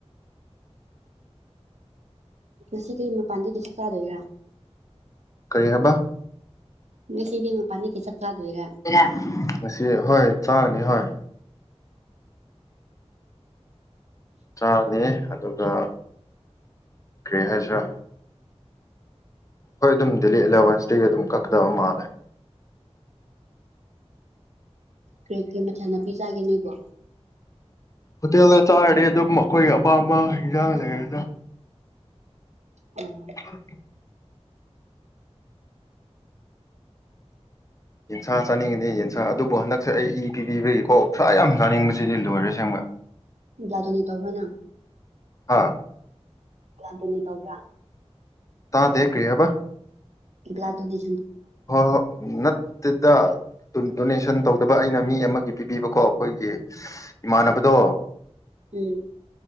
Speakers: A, on the right; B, on the left.
A: ꯉꯁꯤ ꯀꯔꯤ ꯃꯄꯥꯟꯗꯒꯤꯗꯤ ꯆꯥꯛ ꯆꯥꯗꯣꯏꯔꯥ
B: ꯀꯔꯤ ꯍꯥꯏꯕ
A: ꯉꯁꯤꯗꯤ ꯃꯄꯥꯟꯗꯒꯤ ꯆꯥꯛ ꯆꯥꯗꯣꯏꯔꯥ
B: ꯔ ꯍꯣꯏ ꯆꯥꯅꯤ ꯍꯣꯏ ꯆꯥꯅꯤ ꯑꯗꯨꯒ ꯀꯩ ꯍꯥꯏꯁꯤꯔꯥ ꯍꯣꯏ ꯑꯗꯨꯝ ꯗꯦꯜꯂꯤ ꯑꯦꯂꯚꯦꯟꯁꯇꯒꯤ ꯑꯗꯨꯝ ꯀꯛꯀꯗꯕ ꯃꯥꯜꯂꯦ
A: ꯀꯩ ꯀꯔꯤ ꯃꯊꯦꯜ ꯅꯥꯄꯤ ꯆꯥꯒꯦ ꯅꯣꯏꯕꯣ
B: ꯍꯣꯇꯦꯜꯗ ꯆꯥꯔꯗꯤ ꯑꯗꯨꯝ ꯑꯩꯈꯣꯏꯒꯤ ꯑꯄꯥꯝꯕ ꯍꯤꯟꯖꯥꯡ ꯂꯩꯔꯒ
A: ꯎꯝ
B: <unintelligible> ꯌꯦꯟꯁꯥ ꯆꯥꯅꯤꯡꯉꯤꯅꯤ ꯌꯦꯟꯁꯥ ꯑꯗꯨꯕꯨ ꯍꯟꯗꯛꯁꯦ ꯑꯩ ꯏ ꯄꯤꯕꯤꯕꯒꯤꯀꯣ ꯁꯥ ꯌꯥꯝ ꯆꯥꯅꯤꯡꯕꯁꯤꯗꯤ ꯂꯣꯏꯔꯦ ꯁꯦꯡꯕ
A: ꯌꯥꯗꯨꯅꯤ ꯇꯧꯕ꯭ꯔ ꯅꯪ
B: ꯍ
A: ꯒꯌꯥꯟꯗꯨꯅꯤ ꯇꯧꯕ꯭ꯔꯥ
B: ꯇꯥꯗꯦ ꯀꯔꯤ ꯍꯥꯏꯕ
A: ꯒꯌꯥꯟꯗꯨꯅꯤ
B: ꯍꯣꯏ ꯍꯣꯏ ꯅꯠꯇꯦꯗ ꯗꯣꯅꯦꯁꯟ ꯇꯧꯗꯕ ꯑꯩꯅ ꯃꯤ ꯑꯃꯒꯤ ꯄꯤꯕꯤꯕꯀꯣ ꯑꯩꯈꯣꯏꯒꯤ ꯏꯃꯥꯟꯅꯕꯗꯣ
A: ꯎꯝ